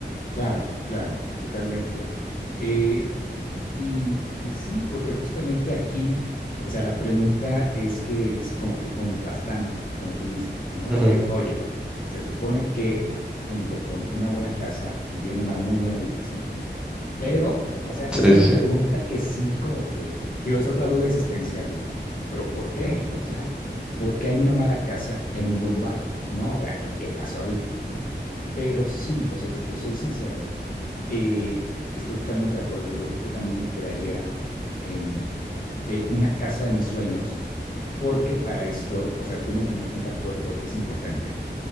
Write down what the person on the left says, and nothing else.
claro, claro, totalmente. Eh, Y, y sí, porque justamente aquí, o sea, la pregunta es que es como que contrastante, como tú dices, ¿no?
De, oye, se supone que junto con una buena casa viene una muy buena ubicación, pero, o sea,
es una
pregunta que sí como que, tío, es otra duda existencial, de, pero ¿por qué? <laughs> O sea, ¿por qué hay una mala casa en un buen barrio? ¿No? O sea, ¿qué, qué pasó ahí? ¿No? Pero sí, o sea, si te soy sincero, eh, estoy totalmente de acuerdo. Yo creo que también me quedaría en, ok, una casa de mis sueños, porque para esto, o sea, tú mencionaste un factor, creo que es importante,